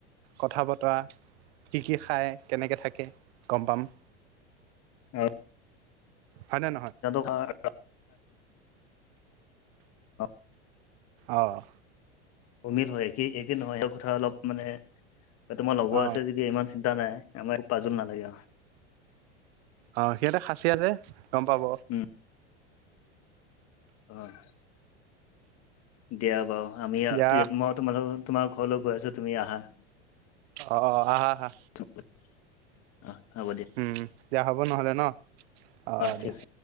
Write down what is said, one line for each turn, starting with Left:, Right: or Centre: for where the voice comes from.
Right: কথা বতৰা কি - কি খায় কেনেকৈ থাকে গম পাম।
Left: হয়।
Right: হয়নে নহয়?
Left: অঁ। অঁ।
Right: অঁ।
Left: উমেদ হয়। স একে নহয় সেই কথা অলপ মানে তোমাৰ লগৰ
Right: অ
Left: আছে যদি ইমান চিন্তা নাই। আমাৰ পাজো নালাগে।
Right: অ' সিহঁতে খাছীয়া যে গম পাব।
Left: উম। হয়। দিয়া বাৰু আমি ইয়াত
Right: দিয়া
Left: মই তোমালোক তোমাৰ ঘৰলৈ গৈ আছোঁ তুমি আহা।
Right: অঁ অঁ, আহা আহা।
Left: অ' হ'ব দিয়া।
Right: উম, দিয়া হ'ব নহ'লে ন' অ', অ'
Left: ঠিক
Right: দিয়া।
Left: আছে